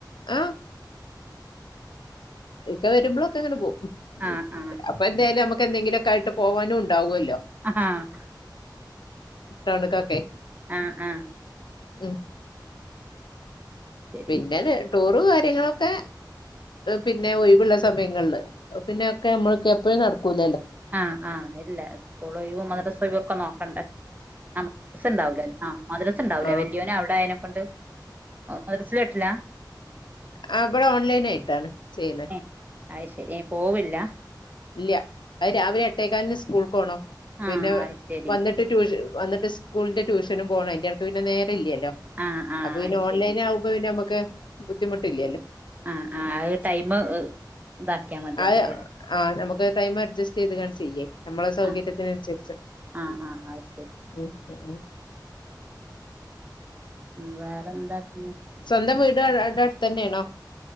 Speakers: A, on the left; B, on the right.
A: ആഹ് ഇക്ക വരുമ്പോഴൊക്കെ അങ്ങനെ പോവും
B: ആഹ് ആഹ്
A: അപ്പൊ എന്തായാലും നമ്മക്ക് എന്തെങ്കിലുമൊക്കെ ആയിട്ട് പോവാനും ണ്ടാവുല്ലോ
B: ആഹ്
A: തണുക്കൊക്കെ
B: ആഹ് ആഹ്
A: ഉം
B: അത് ശരി
A: പിന്നെ ടൂറ് കാര്യങ്ങളൊക്കെ പിന്നെ ഒഴിവുള്ള സമയങ്ങളില് പിന്നെക്കേ നമ്മൾക്ക എപ്പഴും നടക്കൂലല്ലോ
B: ആഹ് ആഹ് ഇല്ല സ്കൂളും മദ്രസ
A: ഉം
B: ഒക്കെ നോക്കണ്ടേ ആഹ് മ്ദ്രസ ഉണ്ടാവലേ ആഹ് മദ്രസ ഉണ്ടാവൂല
A: ആഹ്
B: വല്യോനെ അവിടെ ആയതിനെക്കൊണ്ട് മദ്രസൽ ഇല്ല
A: ആ ഇവിടെ ഓൺലൈൻ ആയിട്ടാണ് ചെയ്യണേ
B: ഏഹ് അത് ശരി പോവില്ല
A: ഇല്ല അത് രാവിലെ എട്ടേക്കാല്ന് സ്കൂൾക്ക് പോണം
B: ആഹ്
A: പിന്നെ
B: അത് ശരി
A: വന്നിട്ട് ട്യൂഷ വന്നി സ്കൂളിന്റെ ട്യൂഷനും സ്കൂളിൽ ടുഷനും പോകണം അതിന്റെർക്ക് പിന്നെ നേരം ഇല്ലല്ലോ
B: ആഹ് ആഹ്
A: അപ്പൊ പിന്നെ
B: അത്
A: ഓൺലൈൻ
B: ശരി
A: ആകുമ്പോ പിന്നെ നമുക്ക് ബുദ്ധിമുട്ടില്ലല്ലോ
B: ആഹ് ആഹ് അത് ടൈം ഇതാക്കിയാ മതിയല്ലോ
A: അത്
B: അല്ലേ
A: ആഹ് നമുക്ക് ടൈം അഡ്ജസ്റ്റ് ചെയ്ത് ആണം ചെയ്യേ നമ്മളെ സൗകര്യത്തിനനുസരിച്ച്
B: ആഹ് ആഹ് ആഹ് അത് ശരി
A: ഉം ഉം ഉം
B: ഉ വേറെന്താ പിന്നെ
A: സ്വന്തം വീട് അടുത്ത് തന്നെയണോ